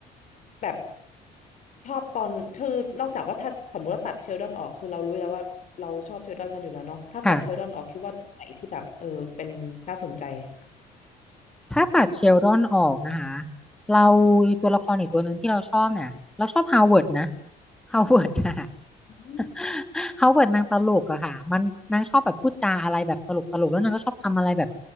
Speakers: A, on the left; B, in the centre.
A: แบบชอบตอนคือนอกจากว่าถ้าสมมติว่าตัดเชลดอนออกคือเรารู้แล้วว่าเราชอบเชลดอนกันอยู่แล้วเนาะถ้าตัดเชลดอนออกคิดว่าตรงไหนที่แบบเออเป็นน่าสนใจค่ะ
B: ค่ะ ถ้าตัดเชลดอนออกนะคะเราตัวละครอีกตัวหนึ่งที่เราชอบเนี่ยเราชอบฮาวเวิร์ดนะฮาวเวิร์ดอะ
A: อืม
B: <laughs> ฮาวเวิร์ดนางตลกอะค่ะมันนางชอบแบบพูดจาอะไรแบบตลกตลกแล้วนางก็ชอบทำอะไรแบบ